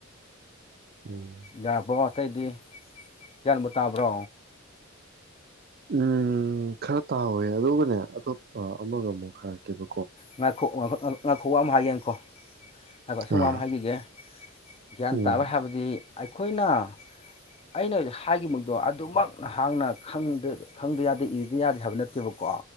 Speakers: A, on the right; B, on the left.
A: ꯎꯝ
B: ꯌꯥꯕꯧ ꯑꯇꯩꯗꯤ ꯆꯟꯕꯨ ꯇꯥꯕ꯭ꯔꯣ
A: ꯎꯝ ꯈꯔ ꯇꯥꯎꯍꯋꯦ ꯑꯗꯨꯒꯕꯨꯅꯦ ꯑꯇꯣꯞꯄ ꯑꯃꯒ ꯑꯃꯨꯛ ꯍꯥꯏꯔꯛꯀꯦꯕ
B: ꯉꯥꯏ ꯉꯥꯏ ꯈꯨ ꯑꯃ ꯍꯥꯏꯌꯦꯅꯀꯣ ꯑꯗ ꯑꯁꯨꯝꯕ
A: ꯑꯥ
B: ꯑꯃ ꯍꯥꯏꯖꯒꯦ ꯒ꯭ꯌꯥꯟ
A: ꯎꯝ
B: ꯇꯥꯕ ꯍꯥꯏꯕꯗꯤ ꯑꯩꯈꯣꯏꯅ ꯑꯩꯅ ꯍꯥꯏꯈꯤꯕ ꯃꯗꯣ ꯑꯗꯨꯃꯛ ꯅꯍꯥꯛꯅ ꯈꯪꯗ ꯌꯥꯗꯦ ꯏꯗ ꯌꯥꯗꯦ ꯍꯥꯏꯕ ꯅꯠꯇꯦꯕꯀꯣ